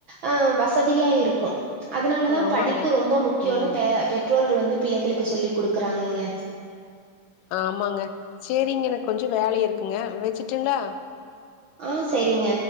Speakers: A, on the right; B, on the left.
A: அ வசதியா இருக்கும் அதனால தான்
B: ஆமாங்க
A: படிப்பு ரொம்ப முக்கியம்னு
B: ம்
A: பெற்றோர்கள் வந்து பிள்ளைகளுக்கு சொல்லிக் கொடுக்குறாங்கங்க
B: ஆமாங்க சேரிங்க எனக்கு கொஞ்சம் வேல இருக்குங்க வச்சுட்டுங்களா
A: ஆஹ் சரிங்க